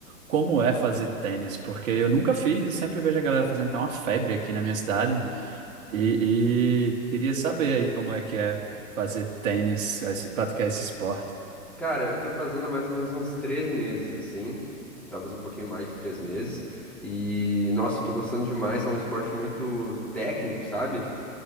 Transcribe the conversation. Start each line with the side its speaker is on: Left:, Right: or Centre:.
Right: como é fazer tênis, porque eu nunca fiz e sempre vejo a galera fazendo, tá uma febre aqui na minha cidade.
Centre: Uhum.
Right: E, e queria saber aí como é que é fazer tênis, esse- praticar esse esporte.
Centre: Cara, eu tô fazendo há mais ou menos uns três meses, assim, talvez um pouquinho mais de três meses, e nossa, eu tô gostando demais, é um esporte muito técnico, sabe?